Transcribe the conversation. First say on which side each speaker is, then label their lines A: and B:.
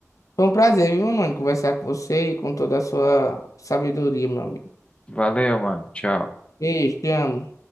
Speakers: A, on the left; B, on the left.
A: Foi um prazer, viu, mano, conversar com você e com toda a sua sabedoria, meu amigo.
B: Valeu, mano. Tchau.
A: Beijo, te amo.